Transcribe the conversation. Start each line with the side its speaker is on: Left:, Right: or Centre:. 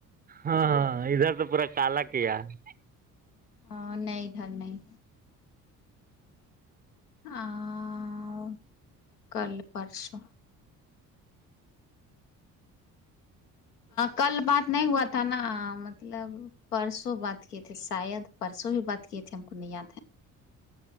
Right: ہاں ہاں ادھر تو پورا کالا کیا ہے
Left: ا نہیں ادھر نہیں آوں کل پرسو کل بات نہیں ہوا تھا نا مطلب پرسوں بات کیے تھے شاید پرسوں ھی بات کیے تھے ہم کو نہیں یاد ہے